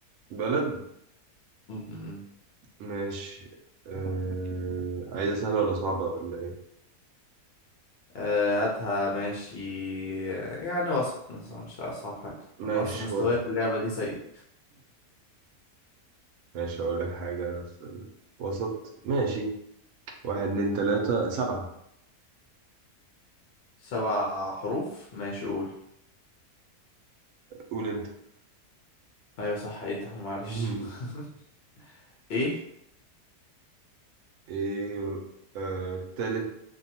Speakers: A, on the right; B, on the left.
A: بلد
B: حلو
A: ماشي آه... عايزه سهله ولا صعبه ولا ايه
B: آه، هاتها ماشي يعني وسط مثلا مش أصعب حاجة أنا
A: ماشي
B: أصلا مستواي
A: و... <laughs>
B: في اللعبة دي سيء
A: ماشي هقول لك حاجه في الوسط ماشي واحد اتنين تلاته سبعه
B: سبع حروف ماشي قول
A: قول انت
B: أيوة صح إيه ده معلش
A: <laughs>
B: <laughs> إيه
A: ايه آه... تالت